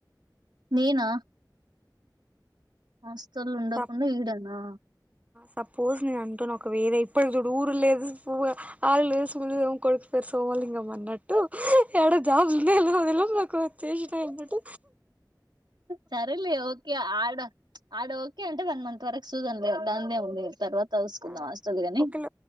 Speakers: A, on the right (about 80°); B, on the right (about 20°).
A: ఏనా <inaudible> సోల్ ఉండకుండా
B: సప్
A: ఈడనా
B: సపోజ్ నేను అంటున్న ఒక వేరే ఇప్పటికి చూడు ఊరు లేదు పు ఆళ్ళ లేదు సోమలింగం అన్నట్టు ఎడగు జాబ్ ఉన్నాయి లే చేసి ట అట్
A: సరెలే ఓకే ఆడ ఆడ ఓకే అంటే వన్ మంత్ వరకు చూదంలే దాని ఏమి ఉంది తర్వాత చూసుకుందాం
B: ఆ
A: వస్తుంది కానీ
B: ఒకళ